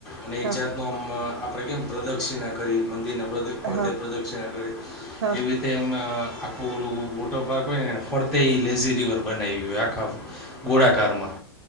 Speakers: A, in the centre; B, on the right.
A: અને એક
B: હા
A: જાત નું આમ આપણે કેમ પ્રદક્ષિણા કરી મંદિરના ફરતે
B: હા
A: પ્રદક્ષિણા કરી
B: હા
A: એવી તેમ આખું ઓલું વોટર પાર્ક હોય ને ફરતે લેઝી રિવર બનાવ્યું હોય આખા ગોળાકારમાં